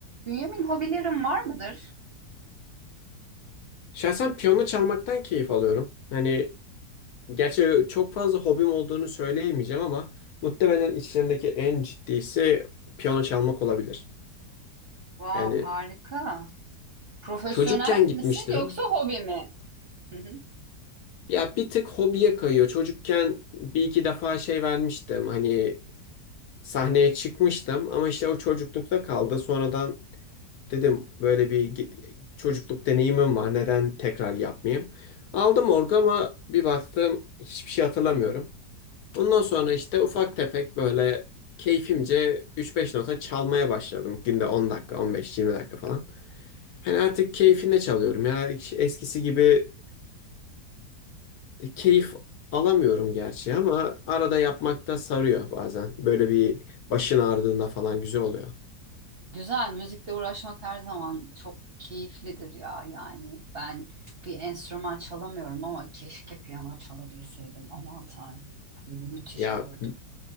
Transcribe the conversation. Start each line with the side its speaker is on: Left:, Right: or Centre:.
Right: Bünyamin hobilerin var mıdır?
Left: Şahsen piyano çalmaktan keyif alıyorum. Hani gerçi çok fazla hobim olduğunu söyleyemeyeceğim ama muhtemelen içlerindeki en ciddisi piyano çalmak olabilir.
Right: Wow,
Left: Yani
Right: harika. Profesyonel
Left: çocukken gitmiştim.
Right: misin yoksa hobi mi? Hı hı.
Left: Ya bir tık hobiye kayıyor. Çocukken bir iki defa şey vermiştim. Hani sahneye çıkmıştım ama işte o çocuklukta kaldı. Sonradan dedim böyle bir gi- çocukluk deneyimim var. Neden tekrar yapmayayım? Aldım orgu ama bir baktım hiçbir şey hatırlamıyorum. Ondan sonra işte ufak tefek böyle keyfimce 3-5 nota çalmaya başladım. Günde 10 dakika, 15-20 dakika falan. Hani artık keyfine çalıyorum ya. Hiç eskisi gibi keyif alamıyorum gerçi ama arada yapmak da sarıyor bazen. Böyle bir başın ağrıdığında falan güzel oluyor.
Right: Güzel, müzikle uğraşmak her zaman çok keyiflidir ya yani. Ben bir enstrüman çalamıyorum ama keşke piyano çalabilseydim. Aman Tanrım, Hı hı, müthiş
Left: Ya
Right: olurdu.